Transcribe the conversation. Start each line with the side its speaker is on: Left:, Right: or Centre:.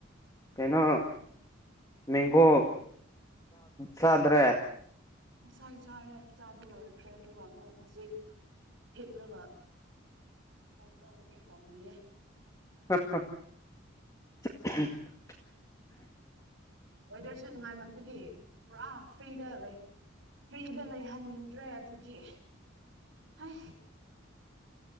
Left: ꯀꯩꯅꯣ ꯃꯦꯡꯒꯣ ꯆꯥꯗ꯭ꯔꯦ
Right: ꯉꯁꯥꯏ ꯆꯥꯔꯦ ꯆꯥꯕ ꯂꯣꯏꯈ꯭ꯔꯦ ꯑꯗꯨꯒ ꯑꯃꯨꯛ ꯍꯧꯖꯤꯛ ꯍꯤꯞ꯭ꯔꯕ ꯐꯣꯟ ꯇꯧꯒꯦ ꯇꯧꯅꯤꯌꯦ
Left: ꯍ ꯍ <unintelligible>
Right: ꯋꯦꯗꯔꯁ ꯅꯨꯡꯉꯥꯏ ꯃꯗꯨꯒꯤ ꯄꯨꯔꯥ ꯐ꯭ꯔꯤꯗ ꯂꯩ ꯐ꯭ꯔꯤꯗ ꯂꯩꯍꯟꯅꯤꯡꯗ꯭ꯔꯦ ꯑꯗꯨꯒꯤ ꯍꯥꯏ